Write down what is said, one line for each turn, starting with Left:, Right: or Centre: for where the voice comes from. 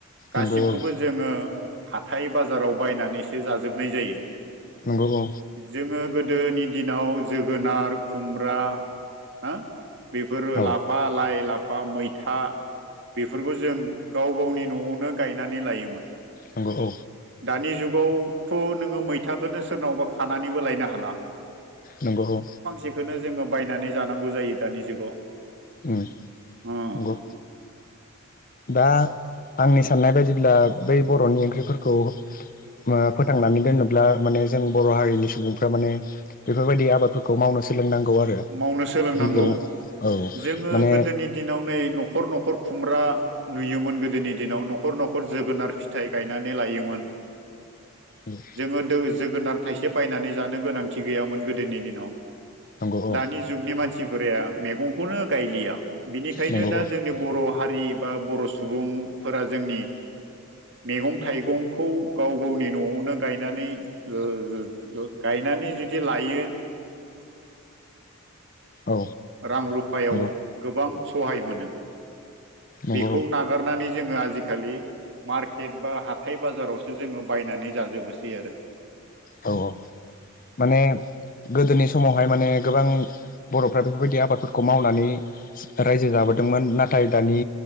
Right: गासिखौबो
Left: नंगौ औ
Right: जोङो हाथाइ बाजाराव बायनानैसो जाजोबनाय जायो।
Left: नोंगौ औ।
Right: जोङो गोदोनि दिनाव जोगोनार खुमब्रा हो बेफोरो लाफा,
Left: औ
Right: लाइ, ला फा मैथा बेफोरखौ जों गाव गावनि न'आवनो गायनानै लायोमोन।
Left: नंगौ औ
Right: दानि जुगाव थ' नोङो मैथाखौनो नों सोरनावबा खानानैबो लायनो हाला।
Left: नंगौ।
Right: बेखौनो जोङो बायनानै जानांगौ जायो दानि जुगाव।
Left: उम
Right: ओ
Left: नंगौ। दा आंनि साननाय बायदिब्ला बै बर'नि ओंख्रिफोरखौ <unintelligible> फोथांनानै दोनोब्ला माने जों बर' हारिनि सुबुंफ्रा माने बेफोर बायदि आबादफोरखौ मावनो सोलोंनांगौ आरो
Right: मावनो सोलोंनांगौ
Left: गिबियावनो औ
Right: जोङो
Left: माने
Right: गोदोनि दिनाव नै न'खर न'खर खुमब्रा नुयोमोन गोदोनि दिनाव न'खर न'खर जोगोनार फिथाइ गायनानै लायोमोन।
Left: औ
Right: जोङो <unintelligible> जोगोनार। थाइसे बायनानै जानो गोनांथि गैयामोन गोदोनि दिनाव
Left: नंगौ औ
Right: दानि जुगनि मानसि <unintelligible> मैगंखौनो गायलिया बिनिखायनो
Left: नंगौ
Right: दा
Left: औ
Right: जोंनि बर' हारि <unintelligible> बा बर' सुबुंफोरा जोंनि। मैगं थाइगंखौ गाव गावनि न'आवनो गायनानै <unintelligible> गाय गायनानै जुदि लायो
Left: औ
Right: रां रुफायाव
Left: नंगौ
Right: गोबां सहाय मोनो
Left: नंगौ
Right: बेखौ नागारनानै जोङो आजिखालि मार्केट बा हाथाय बाजारावसो जोङो बायनानै जाजोबोसै आरो।
Left: औ औ माने गोदोनि समावहाय माने गोबां बर'फ्रा बेफोरबायदि आबादफोरखौ मावनानै रायजो जाबोदोंमोन नाथाय दानि